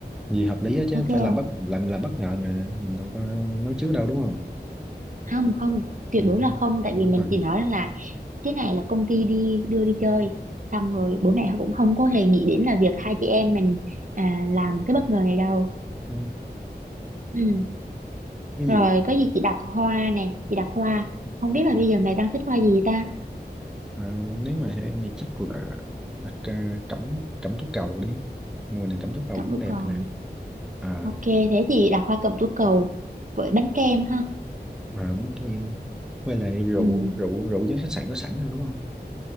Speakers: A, in the centre; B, on the right (about 50°).
A: gì hợp lý á chứ
B: ok
A: phải làm bất làm làm bất ngờ mà mình đâu có nói trước đâu đúng không
B: không không không tuyệt
A: ừ,
B: đối là không tại
A: ừ,
B: vì
A: đúng
B: mình
A: rồi
B: chỉ nói là cái này là công ty đi đưa đi chơi xong rồi bố mẹ cũng không có hề nghĩ đến là việc hai chị em mình à, làm cái bất ngờ này đâu
A: Ừ.
B: ừ.
A: ví
B: rồi
A: dụ
B: có gì chị đặt hoa nè chị đặt hoa không biết
A: ừ,
B: là bây giờ mẹ đang thích hoa gì ta
A: à, nếu mà em thì chắc là đặt à, cẩm cẩm tú cầu đi mùa này cẩm tú cầu
B: cẩm
A: cũng
B: tú cầu
A: đẹp nè à
B: ok thế chị đặt hoa cẩm tú cầu với bánh kem ha
A: mà ấm cho em với lại rượu
B: ừ.
A: rượu rượu với khách sạn có sẵn rồi đúng không